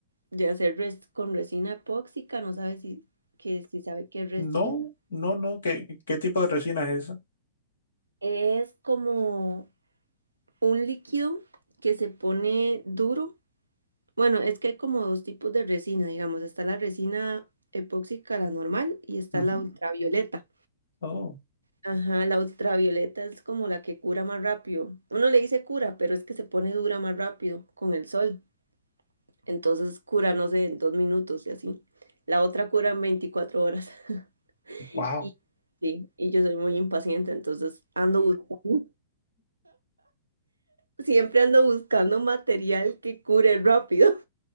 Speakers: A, on the right (about 85°); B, on the left (about 65°).
A: de hacer res con resina epóxica, no sabe si, que, si sabe qué es resina.
B: No, no, no. ¿Qué, qué tipo de resina es esa?
A: Es como un líquido que se pone duro. Bueno, es que hay como dos tipos de resina, digamos. Está la resina epóxica, la normal, y está
B: Ujú.
A: la ultravioleta.
B: Oh,
A: Ajá, la ultravioleta es como la que cura más rápido. Uno le dice cura, pero es que se pone dura más rápido con el sol. Entonces cura, no sé, en dos minutos y así. La otra cura en 24 horas. <laughs>
B: wow.
A: Y, sí, y yo soy muy impaciente, entonces ando buscando, siempre ando buscando material que cure rápido.